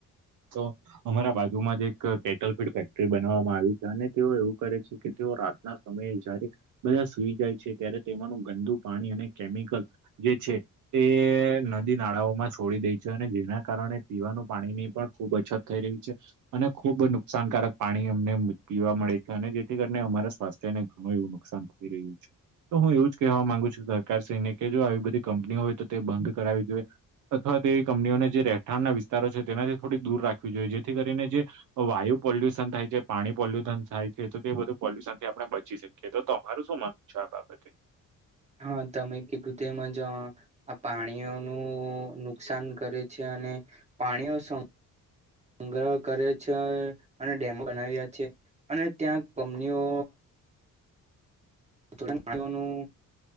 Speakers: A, on the right; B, on the right.
A: તો અમારા બાજુમાં જ એક કેટલ ફીડ ફેક્ટરી બનાવામાં આવી છે, અને તેઓ એવું કરે છે કે તેઓ રાતના સમયે જારેક બધા સુઈ જાય છે. ત્યારે તેમાંનું ગંદુ પાણી અને કેમિકલ જે છે તે નદી નાળાઓમાં છોડી દે છે. અને જેના કારણે પીવાનું પાણીની પણ ખુબ અછત થઈ રહ્યું છે. અને ખુબ નુકસાનકારક પાણી અમને પીવા મળે છે. અને જેથી કરી ને અમારા સ્વાસ્થ્ય ને ઘણું એવું નુકસાન થઈ રહ્યું છે. તો હું એવું જ કહેવા માંગુ છું. સરકાર શ્રીને કે, જો આવી બધી કંપનીઓ હોય તો તે બંધ કરાવવી જોઈએ. અથવા એવી કંપનીઓને જે રહેઠાણના વિસ્તારો છે તેનાથી થોડી દૂર રાખવી જોઈએ. જેથી કરીને જે વાયુ પોલ્યુશન થાય છે. પાણી પોલ્યુથન થાય છે. તો તે બધું પોલ્યુશન થી આપડ બચી શકીએ. તો તમારું શું માનવું છે આ બાબતે?
B: હા, તમે કીધું તેમજ આ પાણીઓનું નુકસાન કરે છે, અને પાણીઓ સ સંગ્રહ કરે છે. અને ડેમો બનાવ્યા છે. અને ત્યાં કંપનીઓ તુરંત પ્રાણીઓનું